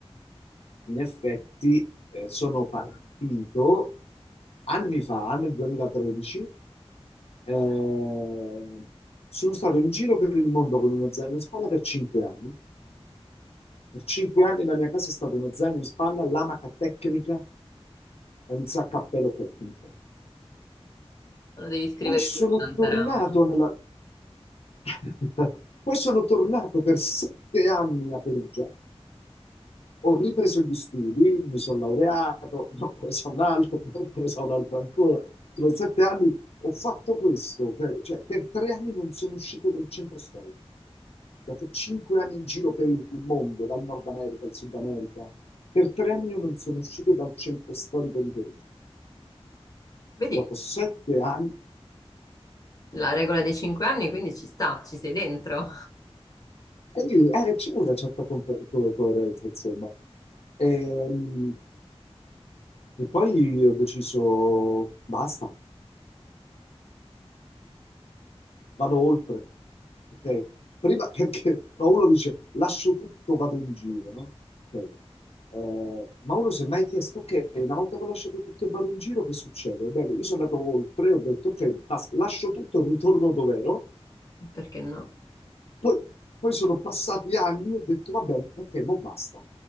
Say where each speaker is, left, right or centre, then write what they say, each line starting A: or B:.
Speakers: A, on the left; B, on the left.
A: In effetti, eh, sono partito anni fa, nel 2013, eh, sono stato in giro per il mondo con uno zaino in spalla per cinque anni. Per cinque anni la mia casa è stata uno zaino in spalla, l'amaca tecnica e un saccappello tecnico.
B: Lo devi scrivere
A: Poi sono
B: tu, Shantaram.
A: tornato nella... <laughs> Poi sono tornato per sette anni a Perugia Ho ripreso gli studi, mi sono laureato, <laughs> ne ho preso un altro, ne ho preso un altro ancora. Sono sette anni, ho fatto questo, per- cioè per tre anni non sono uscito dal centro storico. Dopo cinque anni in giro per il mondo, dal Nord America al Sud America, per tre anni io non sono uscito dal centro storico di Perugia.
B: Vedi,
A: Dopo sette anni,
B: la regola dei cinque anni, quindi ci sta, ci sei dentro.
A: e io- eh, c'è una certa compe- co- coerenza, insomma. Ehm, E, poi ho deciso, basta. vado oltre. Ok? Prima <laughs> perché no, uno dice lascio tutto, vado in giro, no? Ok. Eh, ma uno si è mai chiesto, ok, una volta che ho lasciato tutto e vado in giro, che succede? Bene, io sono andato oltre, ho detto, ok, basta, lascio tutto, ritorno dove ero.
B: Perché no?
A: Poi, poi sono passati anni e ho detto, va bene, ok, mo basta.